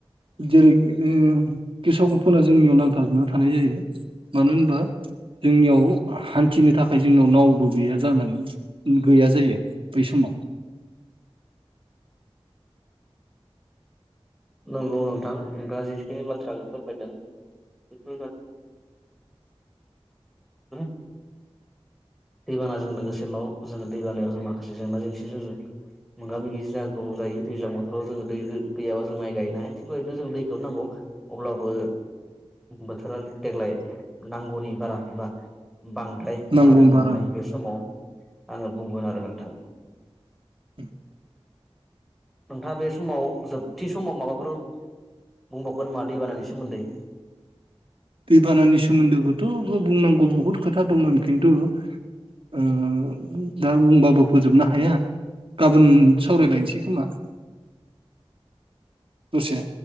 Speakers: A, on the right; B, in the centre.
A: जेरै ओ गेसाव गुफोनना जोंनियाव नांथाबना थानाय जायो मानो होनबा- जोंनियाव हान्थिनो थाखाय जो- जोंनाव नावबो गैया जानानै गैया जायो बै समाव-
B: नंगौ नोंथां दा जिखिनि बाथ्राखौ फोरमायदों बेफोर- <unintelligible> दैबानाजों लोगोसे न' जोङो दैबानायाव जों माखासे जेंना जेंसिजों जों- मोगा मोगि जा गोबाव जायो दैज्लां बोथोराव जो दै गैयाबा जों माइ- गायनाय थिदिनो जों दैखौनो नांगौ अब्लाबो बोथोरा देग्लाय- नांगौनि बारा एबा- बांद्राय
A: नांगौ
B: जादों होननानै
A: बारा
B: बे समाव आङो बुंगोन आरो नोंथां!
A: <inaudible> <inaudible>
B: नोंथाङा बे समाव जोबथि समाव माबाफोर- बुंबावगोन नामा दै बानायनि सोमोन्दै-
A: दैबानानि सोमोन्दोखौथ' बुंनांगौ बहुद खोथा दंमोन खिन्थु- ओ दा बुंबाबो फोजोबनो हाया! गाबोन सावरायलायसै खोमा दसे